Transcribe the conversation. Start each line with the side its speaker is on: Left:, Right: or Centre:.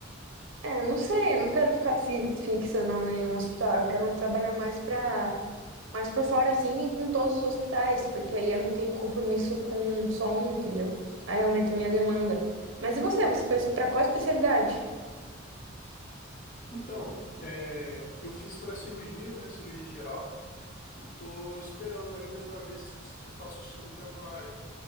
Right: É, eu não sei, eu não quero ficar fi- fixa não, em nenhum hospital. Eu quero trabalhar mais pra, mais por fora, assim, e com todos os hospitais, porque aí eu não tenho compromisso com só um, entendeu? Aí aumenta a minha demanda. Mas e você? Você foi pra qual especialidade?
Left: Então, é, eu fiz para cirurgia, né? Cirurgia geral. e tô esperando ainda para ver se eu faço SUI para alguma área.